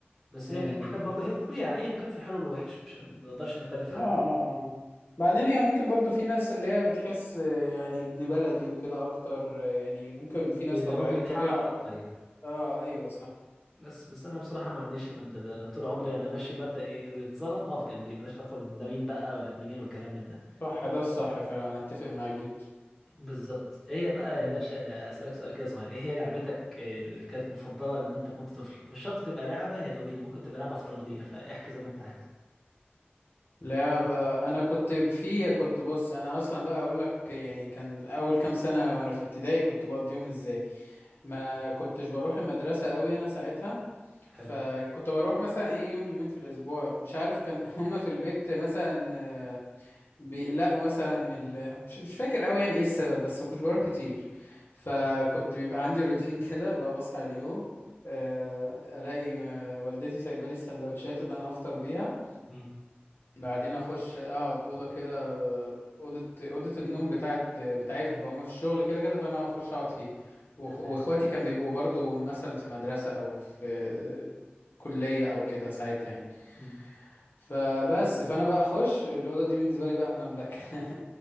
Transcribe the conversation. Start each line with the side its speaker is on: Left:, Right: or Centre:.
Centre: بس
Left: امم
Centre: هي كانت حاجات برضه هي طبيعي اي مكان في الحلو والوحش مش ما نقدرش نختلف في
Left: اه
Centre: حاجه
Left: اه اه بعدين هي ممكن برضو في ناس اللي هي بتحس آه، يعني ابن بلدي وكده اكتر آه، يعني ممكن في ناس
Centre: زي
Left: طبيعة
Centre: ما بيتحمق
Left: طبيعة
Centre: اكتر يعني
Left: اه ايوه صح
Centre: بس بس انا بصراحه ما عنديش المبدا ده انا طول عمري انا ماشي بمبدا ايه اللي اتظلم اقف جنبيه ماليش علاقه بان ده مين بقى ولا ابن مين والكلام من ده
Left: صح ده الصح فعلا انا اتفق معاك جدا
Centre: بالظبط ايه هي بقى يا
Left: مم.
Centre: باشا اسالك سؤال كده صغير ايه هي لعبتك اللي كانت مفضله لما انت كنت طفل مش شرط تبقى لعبه يدويه ممكن تبقى لعبه افتراضيه فاحكي زي ما انت عايز
Left: لعبة انا كنت في كنت بص انا اصلا بقى اقول لك يعني كان اول كام سنة وانا في ابتدائي كنت بقضيهم ازاي ما كنتش بروح المدرسة قوي انا ساعتها
Centre: حلو
Left: فكنت بروح مثلا ايه يوم يومين في الاسبوع مش عارف كان <laughs> هما في البيت مثلا بيقلقوا مثلا من ال... مش مش فاكر قوي يعني ايه السبب بس ما كنتش بروح كتير فكنت بيبقى عندي روتين كده اللي هو بصحى اليوم آه، الاقي آه، والدتي سايبه لي السندوتشات اللي انا هفطر بيها
Centre: مم.
Left: بعدين اخش اقعد اوضه كده آه، اوضه اوضه النوم بتاعت بتاعتهم بقى هم في الشغل كده كده فانا هخش اقعد فيها وأخ-
Centre: تمام
Left: واخواتي كان بيبقوا برضو مثلا في مدرسه او في كليه او كده ساعتها يعني
Centre: مم.
Left: فبس فانا بقى اخش الاوضه دي بالنسبه لي بقى مملكه <laughs>